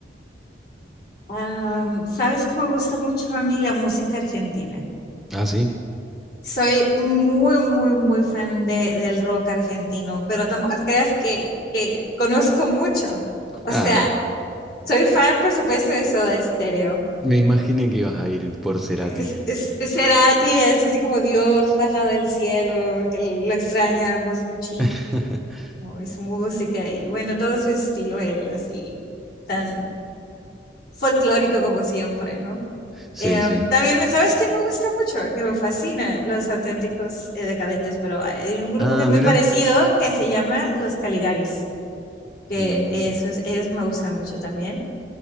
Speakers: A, on the left; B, in the centre.
A: Am, ¿sabes que me gusta mucho a mí la música argentina?
B: ¿Ah, sí?
A: Soy muy, muy, muy fan de, del rock argentino, pero tampoco te creas que, que conozco mucho. O
B: Ah,
A: sea, soy fan, por supuesto, de Soda Stereo.
B: me imaginé que ibas a ir por Cerati.
A: Es, es, es Cerati es así como Dios bajado del cielo, que lo extrañamos muchísimo,
B: <laughs>
A: y su música, y bueno, todo su estilo, él, así, tan folclórico como siempre, ¿no?
B: Sí,
A: Em,
B: sí.
A: también, me- ¿sabes quién me gusta mucho? Que me fascina, los auténticos eh, decadentes, pero hay un grupo
B: Ah,
A: que es muy
B: mira.
A: parecido que se llama Los Caligaris, que
B: Mm,
A: esos, ellos me gustan mucho también.